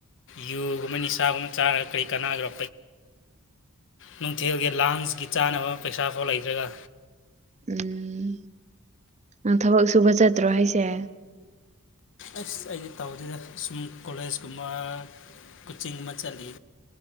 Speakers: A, on the left (about 55°); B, on the right (about 30°).
A: ꯌꯨꯒꯨꯝꯕ ꯅꯤꯁꯥꯒꯨꯝꯕ ꯆꯥꯔꯒ ꯀꯔꯤ ꯀꯅꯥꯒꯦꯔꯣ ꯅꯨꯡꯊꯤꯜꯒꯤ ꯂꯥꯟꯁꯀꯤ ꯆꯥꯅꯕ ꯄꯩꯁꯥꯐꯥꯎ ꯂꯩꯇ꯭ꯔꯒ
B: ꯎꯝ ꯅꯪ ꯊꯕꯛ ꯁꯨꯕ ꯆꯠꯇ꯭ꯔꯣ ꯍꯥꯏꯁꯦ
A: ꯑꯁ ꯑꯩꯗꯤ ꯇꯥꯎꯗꯦꯗ ꯁꯨꯝ ꯀꯣꯂꯦꯖꯀꯨꯝꯕ ꯀꯨꯆꯤꯡ ꯑꯃ ꯆꯠꯂꯤ